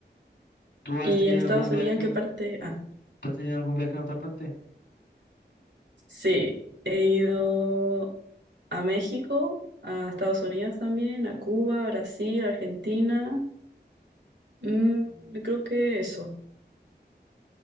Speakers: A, on the left (about 85°); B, on the right (about 80°).
A: ¿Tú
B: ¿Y
A: has tenido
B: en Estados
A: algún viaje,
B: Unidos, en qué parte? Ah,
A: tú has tenido algún viaje a otra parte?
B: sí, he ido a México, a Estados Unidos también, a Cuba, Brasil, Argentina. Mm, creo que eso.